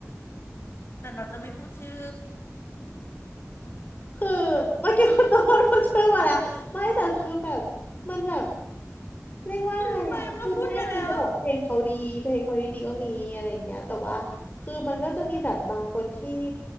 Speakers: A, on the left; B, on the left.
A: แต่เราจะไม่พูดชื่อ
B: คือเมื่อกี้คุณโดนพูดชื่อมาแล้วไม่แต่คือแบบมันแบบเรียกว่าไงอ่ะคือไม่คือจะบอกว่าเพลงเขาดีเพลงเขาดีดีก็มีอะไรอย่างเงี้ยแต่ว่าคือมันก็จะมีแบบบางคนที่
A: ลืมไปว่าพูดไปแล้ว